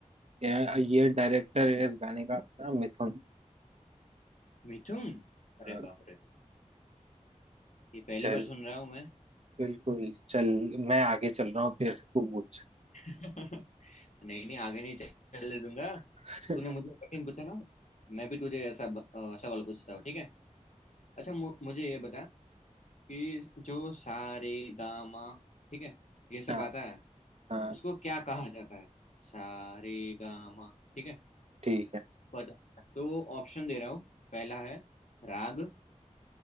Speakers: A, on the right; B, on the left.
A: यार ये डायरेक्टर है इस गाने का अपना मिथुन
B: मिथुन
A: अ,
B: अरे बाप रे ये पहली
A: चल
B: बार सुन रहा हूँ
A: बिल्कुल चल मैं आगे चल रहा हूँ तेरे से तू पूछ
B: मैं <laughs> नहीं नहीं आगे नहीं चलने दूंगा
A: <laughs>
B: तूने मुझे कठिन पूछा ना मैं भी तुझे ऐसा ब- अ, सवाल पूछता हूँ ठीक है अच्छा मु, मुझे ये बता कि जो सा रे गा मा ठीक है ये सब
A: हाँ
B: आता है
A: हाँ
B: उसको क्या कहा जाता है सा रे गा मा ठीक है
A: ठीक है
B: पता तो ऑप्शन दे रहा हूँ पहला है राग